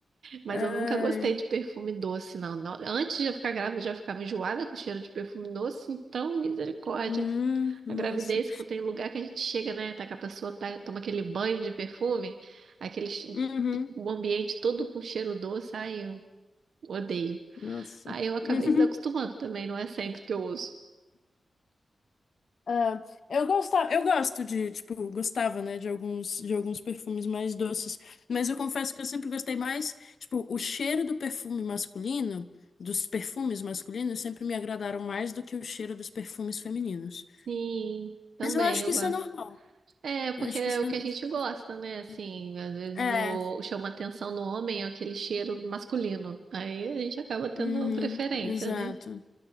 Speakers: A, on the right; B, on the left.
A: Mas
B: <laughs> Ai,
A: eu nunca gostei de perfume doce, não. Não- Antes de eu ficar grávida, eu já ficava enjoada com o cheiro de perfume doce, então misericórdia.
B: hum, nossa.
A: A gravidez, que tem lugar que a gente chega, né? Tá que a pessoa tá, toma aquele banho de perfume, aquele che-
B: Uhum.
A: o ambiente todo com cheiro doce, ai, eu odeio.
B: Nossa.
A: Aí eu acabei
B: <laughs>
A: desacostumando também, não é sempre que eu uso.
B: Ah, eu gostava, eu gosto de, tipo, gostava, né, de alguns, de alguns perfumes mais doces, mas eu confesso que eu sempre gostei mais, tipo, o cheiro do perfume masculino, dos perfumes masculinos sempre me agradaram mais do que o cheiro dos perfumes femininos.
A: Sim, também
B: Mas eu acho
A: eu
B: que isso
A: gosto.
B: é normal.
A: É, porque
B: Eu acho
A: é
B: que isso
A: o
B: é,
A: que a gente
B: isso é...
A: gosta, né? Assim,
B: ok.
A: às vezes
B: É,
A: o, o chama atenção no homem é aquele cheiro masculino. Aí a gente acaba tendo
B: uhum,
A: preferência,
B: exato.
A: né?